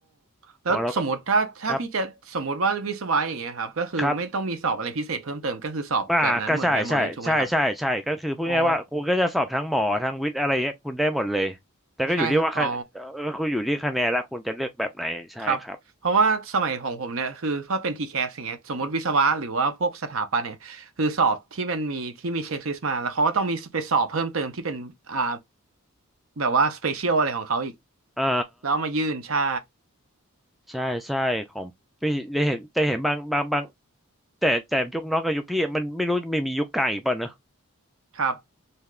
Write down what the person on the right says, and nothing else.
แล้วสมมติถ้าถ้าพี่จะสมมติว่าวิศวะอย่างเงี้ยครับก็คือไม่ต้องมีสอบอะไรพิเศษเพิ่มเติมก็คือสอบแบบนั้นเหมือนกันหมดเลยถูกไหมครับ
อ๋อ
ใช่ครับอ๋อครับเพราะว่าสมัยของผมเนี่ยคือถ้าเป็นทีแค s อย่างเงี้ยสมมติวิศวะหรือว่าพวกสถาปัตย์เนี่ยคือสอบที่มันมีที่มีเช็คลิสต์มาแล้วเขาก็ต้องมีไปสอบเพิ่มเติมที่เป็นอ่าแบบว่าสเปเชียลอะไรของเขาอีก
แล้วเอามายื่นใช่
ครับ